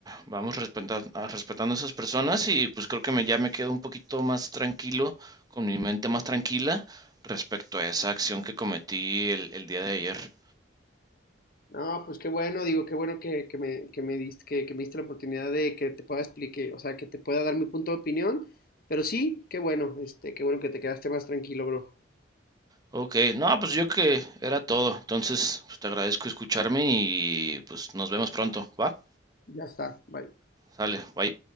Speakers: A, on the right; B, on the left.
A: vamos respeta- a- respetando a esas personas y pues creo que me, ya me quedo un poquito más tranquilo, con mi mente más tranquila respecto a esa acción que cometí el, el día de ayer.
B: No, pues qué bueno, digo, qué bueno que, que me, que me diste, que, que me diste la oportunidad de que te pueda explicar, o sea, que te pueda dar mi punto de opinión, pero sí, qué bueno, este, qué bueno que te quedaste más tranquilo, bro.
A: Ok, no, pues yo que era todo. Entonces, pues te agradezco escucharme y pues nos vemos pronto, ¿va?
B: Ya está, bye.
A: Sale, bye.